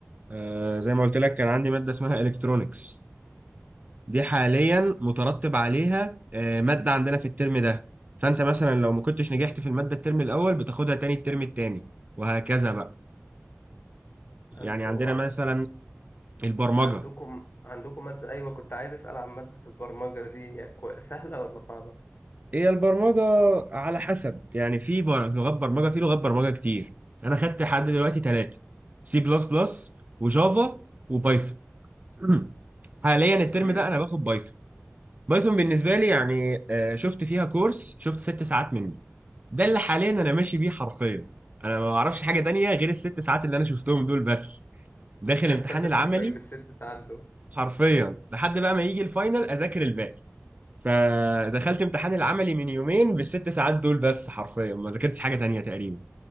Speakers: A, on the right; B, on the left.
A: آه زي ما قلت لك كان عندي مادة اسمها إلكترونيكس دي حاليا مترتب عليها آه مادة عندنا في الترم ده فأنت مثلا لو ما كنتش نجحت في المادة الترم الأول بتاخدها تاني الترم التاني وهكذا بقى يعني
B: انتوا
A: عندنا
B: ع-
A: مثلا البرمجة
B: عندكم عندكم مادة أيوة كنت عايز أسأل عن مادة البرمجة دي هي كو- سهلة ولا صعبة؟
A: هي البرمجة على حسب يعني في بر- لغات برمجة في لغات برمجة كتير أنا خدت لحد دلوقتي ثلاثة سي بلس بلس وجافا وبايثون <clears throat> حاليا الترم
B: امم
A: ده أنا باخد بايثون بايثون بالنسبة لي يعني آه، شفت فيها كورس شفت ست ساعات منه ده اللي حاليا أنا ماشي بيه حرفيا أنا ما أعرفش حاجة تانية غير الست ساعات اللي أنا شفتهم دول بس داخل امتحان
B: ساتر
A: العملي
B: نفسك بالست ساعات دول
A: حرفيا لحد بقى ما يجي الفاينل أذاكر الباقي فدخلت امتحان العملي من يومين بالست ساعات دول بس حرفيا ما ذاكرتش حاجه تانية تقريبا